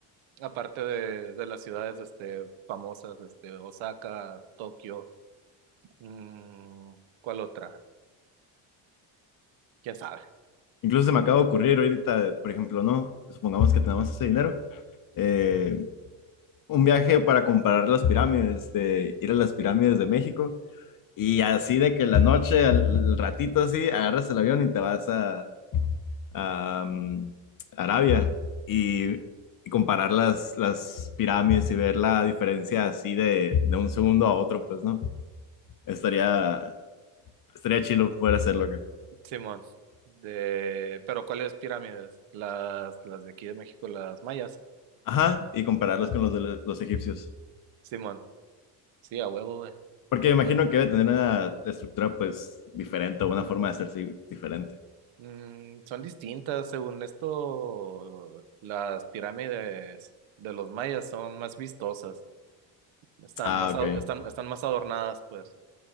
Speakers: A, on the right; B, on the left.
A: aparte de, de las ciudades este, famosas, este, Osaka, Tokio, mm, ¿cuál otra? ¿Quién sabe?
B: Incluso se me acaba de ocurrir ahorita, por ejemplo, ¿no? Supongamos que tenemos ese dinero. eh, un viaje para comprar las pirámides, de ir a las pirámides de México. Y así de que en la noche, al ratito así, agarras el avión y te vas a, a, mm, Arabia. Y, y comparar las, las pirámides y ver la diferencia así de, de un segundo a otro, pues, ¿no? Estaría, estaría chido poder hacerlo.
A: Simón. De, pero ¿cuáles pirámides? Las, las de aquí de México, las mayas.
B: Ajá, y compararlos
A: Ah,
B: con los
A: Simón.
B: de lo- los egipcios.
A: Simón. Sí, a huevo, güey.
B: Porque me imagino que debe tener una estructura pues diferente o una forma de hacerse diferente.
A: Mm, son distintas, según esto, las pirámides de los mayas son más vistosas. Están
B: Ah,
A: más,
B: ok,
A: a- están, están más adornadas, pues.